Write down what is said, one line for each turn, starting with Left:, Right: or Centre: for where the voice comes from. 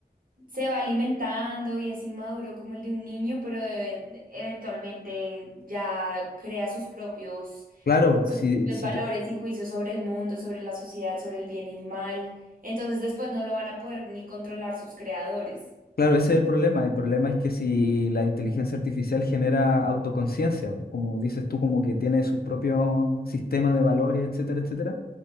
Right: se va alimentando y es inmaduro como el de un niño, pero e- eventualmente ya crea sus propios,
Left: Claro,
Right: sus
Left: si,
Right: propios
Left: si
Right: valores
Left: que-
Right: y juicios sobre el mundo, sobre la sociedad, sobre el bien y el mal. Entonces después no lo van a poder ni controlar sus creadores.
Left: claro, ese es el problema. El problema es que si la inteligencia artificial genera autoconciencia, como dices tú, como que tiene sus propios sistemas de valores, etcétera, etcétera,